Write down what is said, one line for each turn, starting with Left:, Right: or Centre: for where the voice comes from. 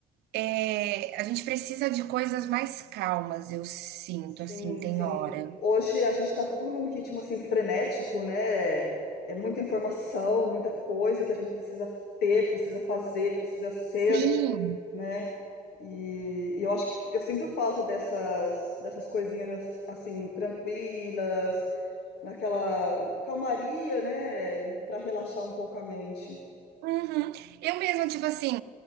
Right: É, a gente precisa de coisas mais calmas, eu sinto, assim,
Left: Sim,
Right: tem
Left: sim.
Right: hora.
Left: Hoje a gente tá tudo num ritmo, assim, frenético, né? É muita informação, muita coisa que a gente precisa ter, precisa fazer, precisa ser.
Right: Sim.
Left: né? E, e eu acho que eu sinto falta dessas, dessas coisinhas as- assim, tranquilas, naquela calmaria, né? Pra relaxar um pouco a mente.
Right: Uhum. Eu mesma, tipo assim,